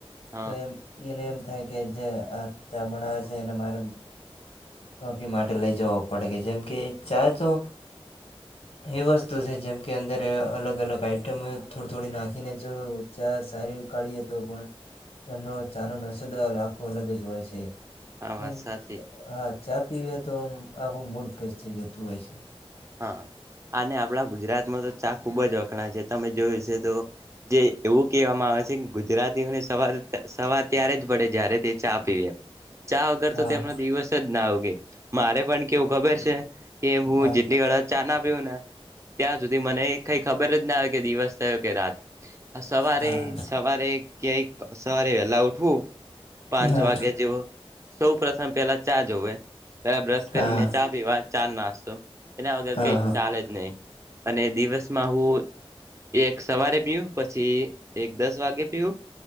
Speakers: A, on the right; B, on the left.
A: હા
B: તો એમ એનેમ થાય કે જે્યાં બનાવે છે એ મારે નોકરી માટે લઇ જવું પડે કે જેમ કે ચા તો એ વસ્તુ છે જેમ કે અંદર અલગ અલગ આઈટમ થોડી થોડી નાખી ને જો ચા સારી ઉકાળીએ તો પણ એમનો ચાનો નસદ આખો અલગ જ હોય છે
A: આ
B: જેમ
A: વાત સાચી
B: હા ચા પીવે તો આખું મૂડ ફ્રેશ થઈ જતું હોય છે.
A: હા અને આપણા ગુજરાતમાં તો ચા ખુબ જ વખણા છે. તમે જોયું છે તો જે એવું કહેવામાં આવે છે ગુજરાતીઓને સવાર સવાર ત્યારે જ પડે જયારે તે ચા પીવે ચા વગર
B: હા
A: તો તેમનો
B: હા
A: દિવસ જ ના ઉગે. મારે પણ કેવું ખબર છે કે હું
B: હા
A: જેટલી વાર ચા ના પીવું ને ત્યાં સુધી મને કઈ ખબર જ ના આવે કે દિવસ થયો કે રાત. હા સવારે
B: હા
A: સવારે ક્યાય સવારે વેલા ઉઠવું પાંચ
B: હા
A: વાગે જેવો સૌ પ્રથ મ પેલા ચા જોવે પેલા બ્રશ કરીને
B: હા
A: ચા પીવા ચા નાસ્તો એના કઈ
B: હા હા
A: ચાલે જ નહી અને દિવસમાં હું એક સવારે પીવું પછી એક દસ વાગે પીવું